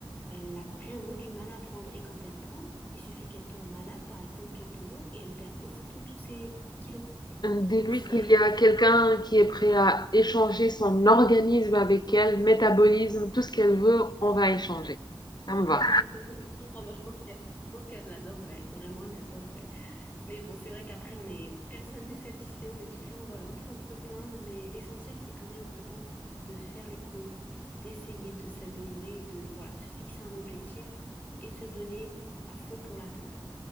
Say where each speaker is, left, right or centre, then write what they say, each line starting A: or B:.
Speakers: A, on the left; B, on the left.
A: Elle a vraiment du mal à prendre. Et quand elle prend, il suffit qu'elle tombe malade, par exemple, quelques jours, et elle perd aussitôt tous ses kilos.
B: Dis-lui
A: Donc, c'est
B: qu'il y a
A: c'est
B: quelqu'un
A: vrai
B: qui est prêt à échanger son organisme avec elle, métabolisme, tout ce qu'elle veut, on va échanger. Ça me va.
A: <laughs> Ah bah, je pense que, je pense qu'elle adorerait, vraiment, elle adorerait. Mais bon, c'est vrai qu'après, on est, personne n'est satisfait, on est toujours euh, en train de se plaindre, mais l'essentiel, c'est quand même, je pense, de faire les causes, d'essayer de s'améliorer et de, voilà, de se fixer un objectif et de se donner à fond pour l'atteindre.